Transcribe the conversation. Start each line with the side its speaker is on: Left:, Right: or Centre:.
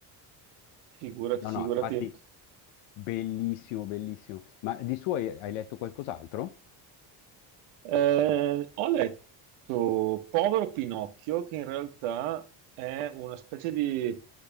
Right: Figurati,
Left: No,
Right: figurati.
Left: no, infatti, bellissimo, bellissimo. Ma di suo hai, hai letto qualcos'altro?
Right: Eh, ho letto Povero Pinocchio, che in realtà è una specie di